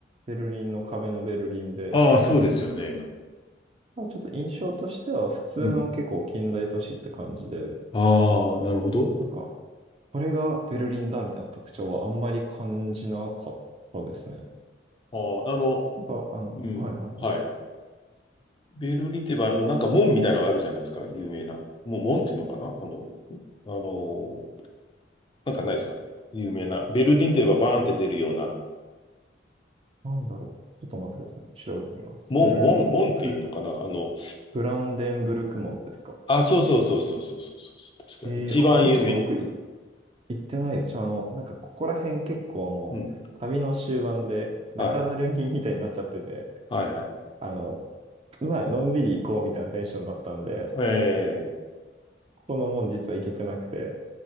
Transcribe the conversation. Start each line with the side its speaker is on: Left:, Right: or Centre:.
Right: ベルリンの壁のベルリンで、
Left: ああ、そうですよね。
Right: まあちょっと印象としては、普通の結構近代都市って感じで、
Left: うん。ああ、なるほど。
Right: なんか、これがベルリンだみたいな特徴はあんまり感じなかったですね。
Left: ああ、あの、
Right: ただ、あの、
Left: うん。
Right: はいはいはい。
Left: はい。ベルリンってば、あの、なんか門みたいなのがあるじゃないですか、有名な。もう門っていうのかなあの、あの、なんかないですか有名な。ベルリンとい言えばバーンって出るような。
Right: なんだろう。ちょっと待ってくださいね。調べてみます。
Left: 門、
Right: ベルリン、
Left: 門、門っていうのかなあの、
Right: フ、フランデンブルク門ですか。
Left: あ、そうそうそうそうそうそうそう。確か、
Right: えー、
Left: 一番有名。
Right: これちょっと僕い行ってないでしょ。あの、なんかここら辺結構もう旅の終盤で中だるみみたいになっちゃってて、
Left: うん。はい。はいはい。
Right: あの、まあ、のんびり行こうみたいなテンションだったんで、
Left: えー、
Right: ここの門実は行けてなくて、